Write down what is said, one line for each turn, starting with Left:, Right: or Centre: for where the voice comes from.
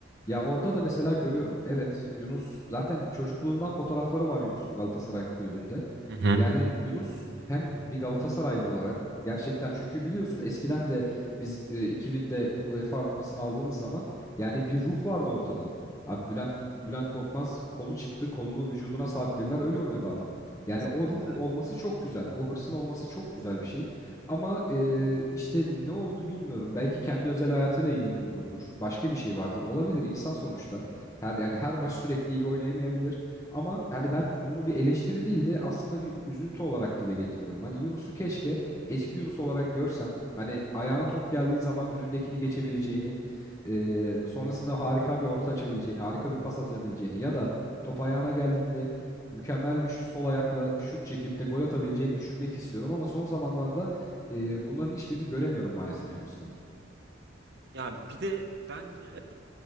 Left: Ya orada da mesela görüyorum evet Yunus zaten çocukluğundan fotoğrafları var Yunus'un Galatasaray kulübünde.
Right: Hı hı.
Left: Yani Yunus hem bir Galatasaraylı olarak gerçekten çünkü biliyorsun eskiden de biz e, 2000'de UEFA Kupası'nı aldığımız zaman yani bir ruh vardı ortada. Abi Bülent Bülent Korkmaz kolu çıktı, kolunu vücuduna sabitlediler öyle oynadı adam. Yani
Right: Kesinlikle.
Left: o ruhu olması çok güzel. O hırsın olması çok güzel bir şey. Ama e, işte ne oldu bilmiyorum. Belki kendi özel hayatıyla ilgili bir durumdur. Başka bir şey vardır. Olabilir insan sonuçta. Her yani her maç sürekli iyi oynayamayabilir. Ama hani ben bunu bir eleştiri değil de aslında bir üzüntü olarak dile getiriyorum. Hani Yunus'u keşke eski Yunus olarak görsem. Hani ayağına top geldiği zaman önündekini geçebileceğini, e, sonrasında harika bir orta açabileceğini, harika bir pas atabileceğini ya da top ayağına geldiğinde mükemmel bir şu- sol ayakla şut çekip de gol atabileceğini düşünmek istiyorum ama son zamanlarda e, bunların hiçbirini göremiyorum maalesef Yunus'tan.
Right: Ya bir de bence